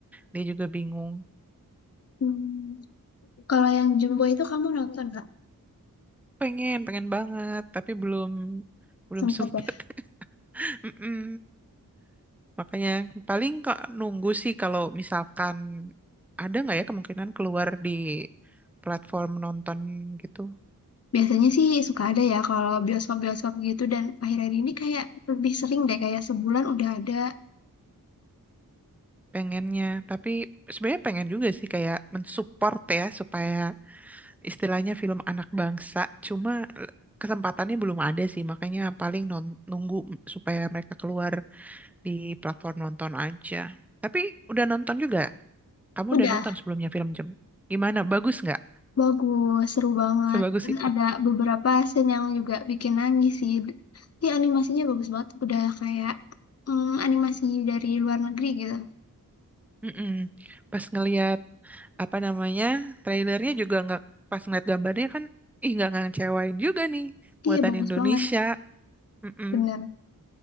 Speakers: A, in the centre; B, on the left (about 45°).
A: dia juga bingung.
B: Hmm, Kalau yang Jumbo itu kamu nonton nggak?
A: Pengen, pengen banget, tapi belum belum
B: Sempet
A: sempet.
B: ya?
A: <laughs> Mm-mm. Makanya paling kok nunggu sih kalau misalkan ada nggak ya kemungkinan keluar di platform nonton gitu.
B: Biasanya sih suka ada ya kalau bioskop-bioskop gitu dan akhir-akhir ini kayak lebih sering deh kayak sebulan udah ada.
A: pengennya tapi sebenarnya pengen juga sih kayak mensupport ya supaya istilahnya film anak bangsa cuma eh, kesempatannya belum ada sih makanya paling non- nunggu supaya mereka keluar di platform nonton aja tapi udah nonton juga kamu
B: Udah,
A: udah nonton sebelumnya film Jem gimana bagus nggak
B: bagus, seru banget.
A: sebagus
B: Dan
A: itu
B: ada beberapa scene yang juga bikin nangis sih. Iya animasinya bagus banget. Udah kayak mm, animasi dari luar negeri gitu.
A: Mm-mm. pas ngelihat apa namanya trailernya juga nggak pas ngeliat gambarnya kan ih nggak ngecewain juga nih buatan
B: Iya bagus
A: Indonesia
B: banget,
A: Mm-mm.
B: bener.